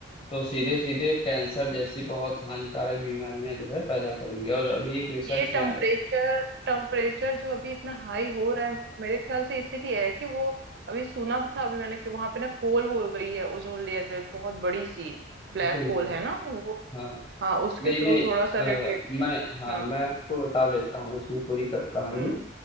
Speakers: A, on the left; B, on the right.
A: तो सीधे सीधे कैंसर जैसी बहुत हानिकारक बीमारियां जो है पैदा करेंगे और अभी एक रिसर्च
B: ये टेम्परेचर
A: में आया
B: टेम्परेचर जो अभी इतना हाई हो रहा है मेरे ख्याल से इसीलिए है कि वो अभी सुना था अभी मैंने कि वहां पे ना होल हो गई है ओजोन लेयर में बहुत बड़ी सी ब्लैक
A: बिल्कुल
B: होल है ना वो
A: हाँ
B: हाँ उसके
A: नहीं
B: थ्रू
A: नहीं
B: थोड़ा सा
A: अ,
B: रेडिएट
A: मैं हाँ
B: हाँ
A: मैं आपको बता देता हूँ इसमें पूरी क- कहानी
B: हम्म